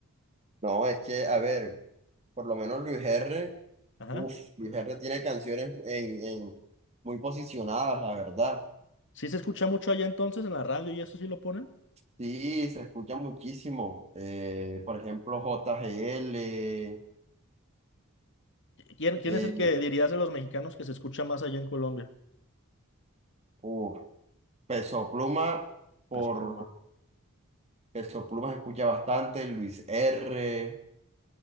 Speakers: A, on the right; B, on the left.
A: No, es que, a ver, por lo menos Luis R,
B: <laughs> Ajá.
A: uff, Luis R tiene canciones en, en- muy posicionadas, la verdad.
B: ¿Sí se escucha mucho allá entonces en la radio y eso sí lo ponen?
A: Sí, se escucha muchísimo. Eh, por ejemplo, JGL,
B: ¿Quién, quién
A: eh,
B: es el que dirías de los mexicanos que se escucha más allá en Colombia?
A: uf, Peso Pluma, por
B: Peso Pluma.
A: Peso Pluma se escucha bastante, Luis R.